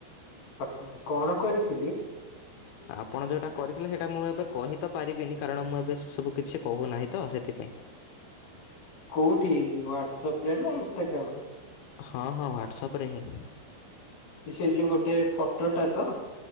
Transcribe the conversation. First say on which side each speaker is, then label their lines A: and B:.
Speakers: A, on the left (about 55°); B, on the left (about 75°).
A: ଆ- କଣ କରିଥିଲି?
B: ଆପଣ ଯଉଟା କରିଥିଲେ ସେଇଟା ମୁଁ ଏବେ କହି ତ ପାରିବିନି କାରଣ ମୁଁ ଏବେ ସବୁ କିଛି କହୁନାହିଁ ତ ସେଥିପାଇଁ।
A: କଉଠି ହ୍ଵାଟ୍ସପ୍ ରେ ନା ଇନଷ୍ଟାଗ୍ରାମ୍ ରେ?
B: ହଁ- ହଁ ହ୍ୱାଟ୍ସଆପ୍ ରେ ହିଁ।
A: ଏ ସେଇ ଯଉ ଗୋଟେ ଫଟୋ ଟା ତ?